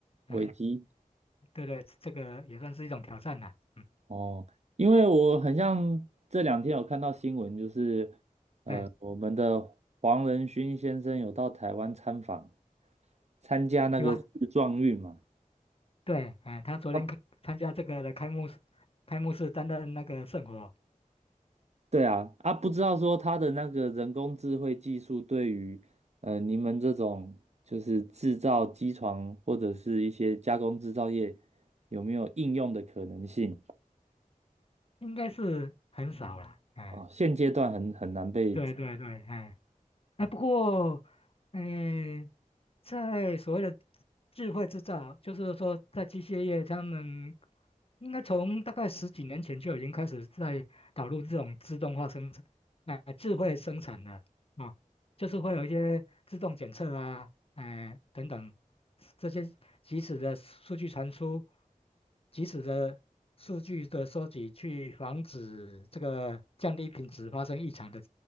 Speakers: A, on the left; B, on the right.
A: 哎、
B: 危机
A: 对对，这个也算是一种挑战了，嗯，
B: 哦，因为我很像这两天有看到新闻，就是呃，
A: 对，
B: 我们的黄仁勋先生有到台湾参访，参加那个世壮运嘛。
A: 有啊，对，哎、他昨天开参加这个的开幕式，
B: 他
A: 开幕式担任那个圣火，
B: 对啊，啊，不知道说它的那个人工智慧技术对于呃你们这种就是制造机床或者是一些加工制造业有没有应用的可能性
A: 应该是很少了，哎、
B: 啊？现阶段很很难被
A: 对对对，哎、哎，不过，嗯、在所谓的智慧制造，就是说，在机械业，他们应该从大概十几年前就已经开始在导入这种自动化生产，啊、智慧生产了啊、就是会有一些自动检测啊，哎、等等，这些即时的数据传输，即时的数据的收集，去防止这个降低品质发生异常的。